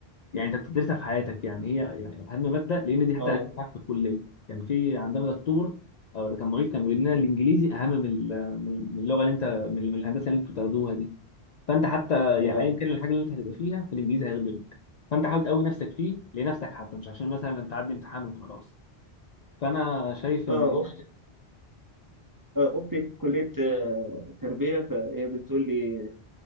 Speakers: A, on the left; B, on the right.
A: يعني انت بتدرسها في حياتك يعني هي يعني اهم ماده لان دي حتى
B: اه
A: اللي هتنفعك في الكليه كان في عندنا دكتور او اللي كان معيد كان بيقول لنا الانجليزي اهم من ال- من اللغه اللي انت من من الهندسه اللي انتوا بتاخدوها دي فانت حتى
B: اه
A: يعني ايا كان الحاجه اللي انت هتبقى فيها فالانجليزي هيخدمك فانت حاول تقوي نفسك فيه لنفسك حتى مش عشان مثلا انت تعدي امتحان وخلاص فانا شايف ان
B: اه
A: إيه؟
B: اختي في كليه آه، تربيه فهي بتقول لي